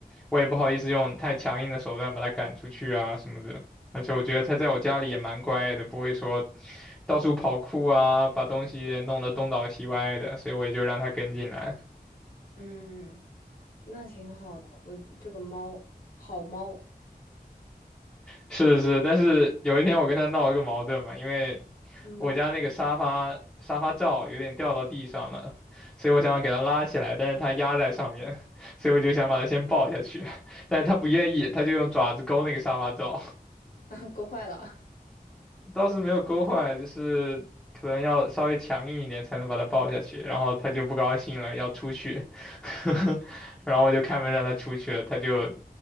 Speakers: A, in the centre; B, on the left.
A: 我也不好意思用太强硬的手段把它赶出去啊什么的。而且我觉得它在我家里也蛮乖的，不会说到处跑酷啊，把东西弄得东倒西歪的，所以我也就让它跟进来。
B: 嗯，那挺好的。我这个猫，好猫，
A: 是是，但是有一天我跟他闹了个矛盾嘛，因为
B: 嗯，
A: 我家那个沙发沙发罩有点掉到地上了，所以我想给它拉起来，但是它压在上面，所以我就想把它先抱下去，<laughs> 但是它不愿意，它就用爪子勾那个沙发罩。
B: <laughs> 够坏了。
A: 倒是没有勾坏，就是可能要稍微强硬一点才能把他抱下去，然后他就不高兴了，要出去，<laughs> 然后我就开门让他出去了，他就，